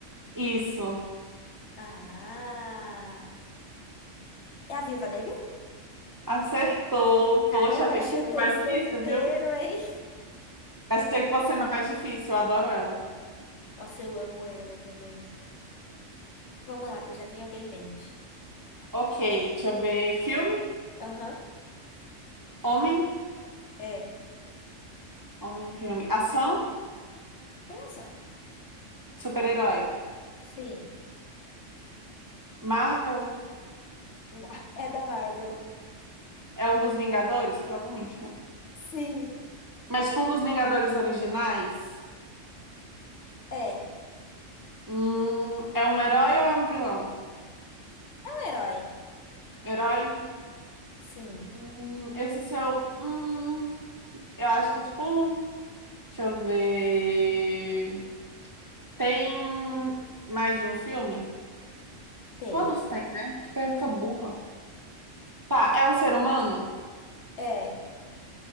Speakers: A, on the right; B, on the left.
A: Isso.
B: Ah, é a Viúva Negra?
A: Acertou.
B: Caramba,
A: Poxa, achei
B: <laughs> chutei
A: que fosse mais
B: certeiro,
A: difícil, viu?
B: hein?
A: Achei que fosse mais difícil, eu adoro ela.
B: <laughs> Nossa, eu amo ela também. Vamos lá, que eu já tenho alguém em mente.
A: Ok, deixa eu ver. Filme?
B: Aham,
A: Homem?
B: é.
A: Homem, filme. Ação?
B: Tem ação.
A: Super-herói.
B: Sim.
A: Marvel?
B: <laughs> É da Marvel.
A: É um dos Vingadores? Provavelmente, né?
B: Sim.
A: Mas, tipo, um dos Vingadores originais?
B: É. É
A: Hum, é um herói ou é um vilão?
B: um herói.
A: Herói?
B: Sim.
A: Hum, esse seu. Hum, eu acho que é tipo. Deixa eu ver. Tem mais de um filme?
B: Tem.
A: Todos têm, né? Que pergunta burra. Tá, é um ser humano?
B: É.